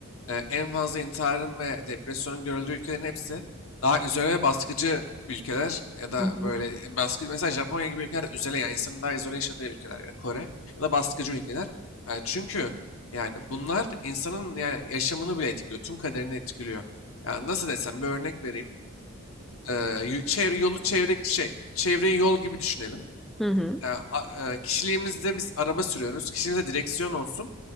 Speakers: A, on the left (about 75°); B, in the centre.
A: e, en fazla intiharın ve depresyonun görüldüğü ülkelerin hepsi daha izole ve baskıcı ülkeler ya da
B: Hı hı.
A: böyle e, baskı mesela Japonya gibi ülkeler izole yani insanın daha izole yaşadığı ülkeler ya da Kore ya da baskıcı ülkeler. E, çünkü yani bunlar insanın yani yaşamını bile etkiliyor, tüm kaderini etkiliyor. Yani nasıl desem bir örnek vereyim. E, yu- çevre, yolu çevre şey, çevreyi yol gibi düşünelim.
B: Hı hı.
A: E, a- e, kişiliğimizde biz araba sürüyoruz. Kişiliğimizde direksiyon olsun.